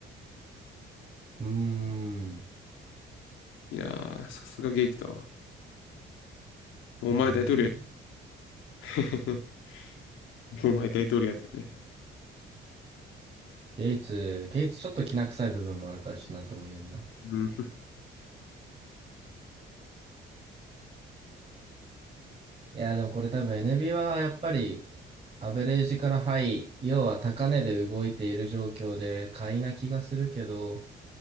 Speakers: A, on the right; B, on the left.
A: うーん。
B: いやー、さすがゲイツだわ。お前大統領や。
A: いや、NB。
B: <laughs> お前大統領やってくれ。
A: ゲイツ、ゲイツちょっと気な臭い部分もあるから、ちょっとなんとも言えんな。
B: うん。
A: いや、でもこれ多分 NB はやっぱりアベレージからハイ、要は高値で動いている状況で買いな気がするけど、